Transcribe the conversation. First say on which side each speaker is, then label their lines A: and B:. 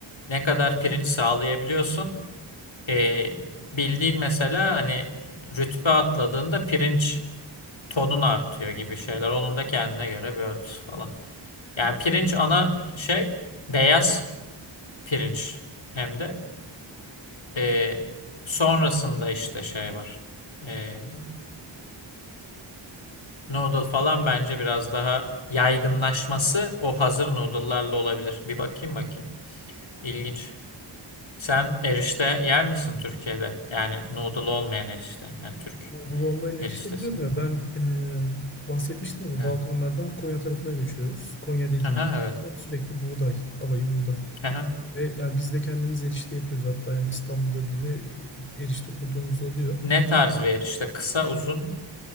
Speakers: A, on the left; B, on the left.
A: ne kadar pirinç sağlayabiliyorsun. Ee, bildiğin mesela hani rütbe atladığında pirinç tonun artıyor gibi şeyler. Onun da kendine göre bir ölçüsü falan. Yani pirinç ana şey beyaz pirinç hem de Ee, sonrasında işte şey var. Ee, Noodle falan bence biraz daha yaygınlaşması o hazır noodle'larla olabilir. Bir bakayım bakayım. İlginç. Sen erişte yer misin Türkiye'de? Yani noodle olmayan erişte. Yani Türk
B: Anadolu olmayı ne
A: eriştesi
B: işte biliyorum
A: mi?
B: ya ben e, bahsetmiştim ya
A: Evet.
B: Balkanlardan Konya tarafına göçüyoruz. Konya dediğin
A: Aha,
B: yer
A: evet.
B: zaten sürekli buğday, alayı buğday.
A: Aha.
B: Ve yani biz de kendimiz erişte yapıyoruz. Hatta yani İstanbul'da bile e, erişte kurduğumuz oluyor.
A: Ne tarz bir erişte? Kısa, uzun?